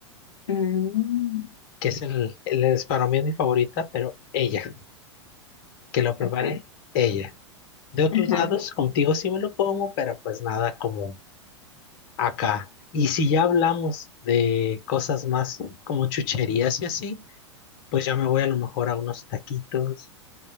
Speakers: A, on the left; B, on the left.
A: mm,
B: que es el, el es para mí es mi favorita, pero ella, que lo prepare
A: ok.
B: ella. De otros
A: Ajá.
B: lados, contigo sí me lo como, pero pues nada como acá. Y si ya hablamos de cosas más como chucherías y así, pues ya me voy a lo mejor a unos taquitos,